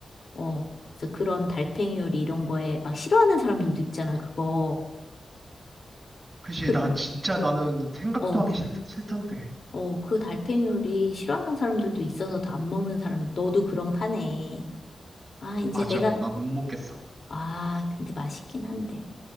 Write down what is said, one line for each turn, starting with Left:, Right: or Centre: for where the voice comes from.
Left: 어 그래서 그런 달팽이 요리 이런 거에 막 싫어하는 사람들도 있잖아. 그거
Right: 그치,
Left: 그
Right: 나 진짜 나는 생각도
Left: 어.
Right: 하기 싫, 싫던데.
Left: 어, 그 달팽이요리 싫어하는 사람들도 있어서 다 안 먹는 사람, 너도 그런 파네. 아, 이제
Right: 맞아,
Left: 내가,
Right: 나 못 먹겠어.
Left: 아, 근데 맛있긴 한데.